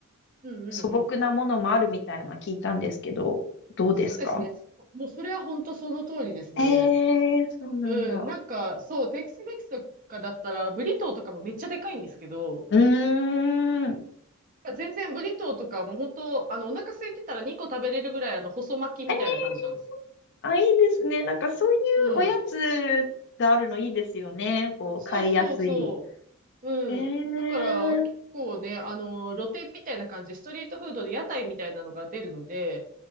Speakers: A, on the right; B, on the left.
A: うんうんうんうん。
B: 素朴なものもあるみたいな聞いたんですけど、どうですか
A: そうですね。もうそれは本当その通りですね。
B: ええー、そうなんだ。
A: うん。なんか、そう、テキスメキスとかだったら、ブリトーとかもめっちゃでかいんですけど、
B: うーん。
A: 全然ブリトーとかもう本当、あの、お腹空いてたら2個食べれるぐらい、あの、細巻きみたいな感じなんです。
B: えあ、いいですね。なんかそういうおやつがあるのいいですよね。
A: うん。
B: こう、
A: そうそうそ
B: 買いやすい。
A: う。うん。
B: えー、
A: だから、結構ね、あの、露店みたいな感じで、ストリートフードで屋台みたいなのが出るので、